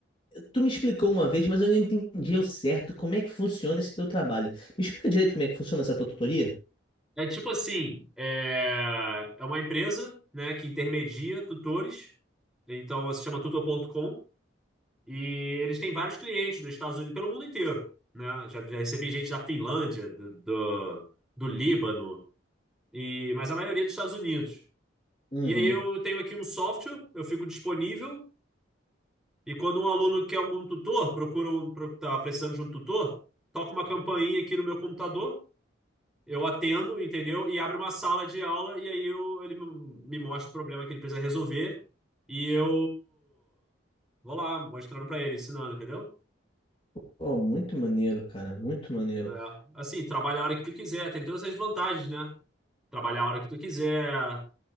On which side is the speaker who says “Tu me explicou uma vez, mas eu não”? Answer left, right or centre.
Left